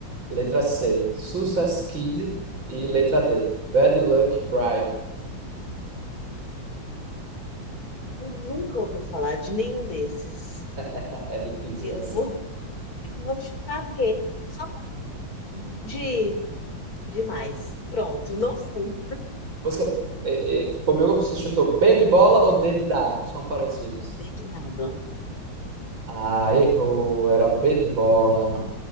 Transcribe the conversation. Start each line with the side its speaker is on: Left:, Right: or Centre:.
Right: Letra C, Suicide Kid. E letra D, Bad Luck Brian.
Left: Eu nunca ouvi falar de nenhum desses.
Right: <laughs> É difícil
Left: Eu
Right: assim.
Left: vou, <laughs> eu vou chutar B. Só de demais. Pronto, não sei.
Right: Você, é, é, comigo você chutou B de bola ou D de dado? que São parecidos.
Left: D de nada.
Right: Ah, errou. Era B de bola.